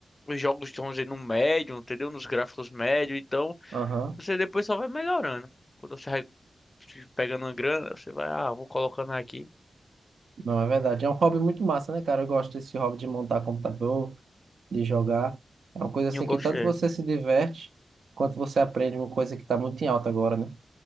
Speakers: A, on the left; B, on the right.
A: os jogos estão dizer, no médio, entendeu? Nos gráficos médio, então
B: Aham.
A: você depois só vai melhorando. Quando você vai pegando uma grana, você vai, ah, vou colocando aqui.
B: Não, é verdade. É um hobby muito massa, né, cara? Eu gosto desse hobby de montar computador, de jogar. É uma coisa assim
A: E eu gosto.
B: que tanto
A: é,
B: você se diverte, quanto você aprende uma coisa que tá muito em alta agora, né?